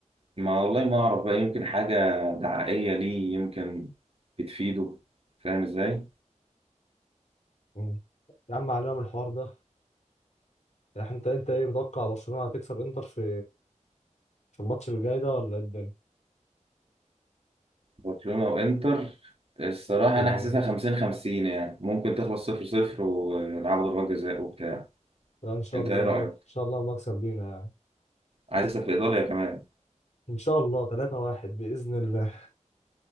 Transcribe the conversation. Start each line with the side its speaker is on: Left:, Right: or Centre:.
Right: ما والله ما اعرف بقى يمكن حاجه دعائيه ليه يمكن بتفيده فاهم ازاي
Left: مم. يا عم علينا من الحوار ده يعني انت انت ايه متوقع برشلونه هتكسب انتر في في الماتش اللي جاي ده ولا ايه الدنيا
Right: برشلونة وانتر الصراحة
Left: في
Right: انا حاسسها 50 50 يعني ممكن تخلص 0 0 ويلعبوا ضربات جزاء وبتاع
Left: لا ان شاء
Right: انت
Left: الله
Right: ايه رأيك؟
Left: ان شاء الله المكسب لينا يعني
Right: عايز تكسب في ايطاليا كمان
Left: ان شاء الله 3 1 باذن الله